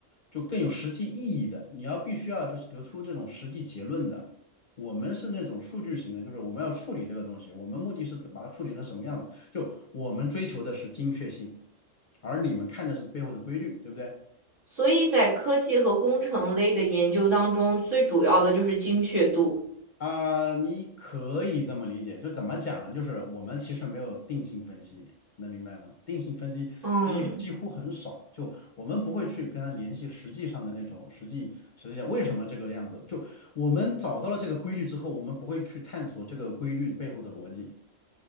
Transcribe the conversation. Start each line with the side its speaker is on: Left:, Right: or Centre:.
Left: 就更有实际意义的，你要必须要就是得出这种实际结论的。我们是那种数据型的，就是我们要处理这个东西，我们目的是把它处理成什么样子，就我们追求的是精确性，而你们看的是背后的规律，对不对？
Right: <laughs> 所以在科技和工程类的研究当中，最主要的就是精确度。
Left: 啊、你可以这么理解，就怎么讲呢？就是我们其实没有定性分析，能明白吗？定性分析几几乎很少，
Right: 嗯，
Left: 就我们不会去跟他联系实际上的那种实际实际上为什么这个样子。就我们找到了这个规律之后，我们不会去探索这个规律背后的逻辑。